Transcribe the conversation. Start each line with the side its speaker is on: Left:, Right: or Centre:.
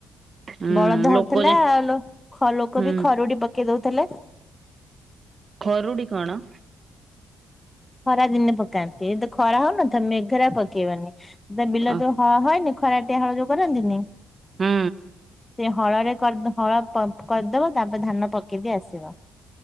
Right: ହୁଁ
Left: ବଳଦ
Right: ଲୋକ
Left: ହଉଥିଲା
Right: ଯେ
Left: ଆଉ ଲୋକ
Right: ହୁଁ
Left: ବି ଖରୁଡି ପ କେଇ ଦଉଥେଲେ।
Right: ଖରୁଡ଼ି କଣ?
Left: ଖରା ଦିନେ ପକାନ୍ତି ଏଦ ଖରା ହଉନଥ ମେଘରେ ଆଉ ପକେଇବନି ବିଲ
Right: ଅ
Left: ଯେତେବେଳେ ହଳ ହଏନି ଖରାଟିଆ ହଳ ଯୋଉ କରନ୍ତିନି
Right: ହୁଁ
Left: ସେ ହଳରେ କରିଦ ହଳ କରିଦବ ତାପରେ ଧାନ ପକେଇଦେଇ ଆସିବ।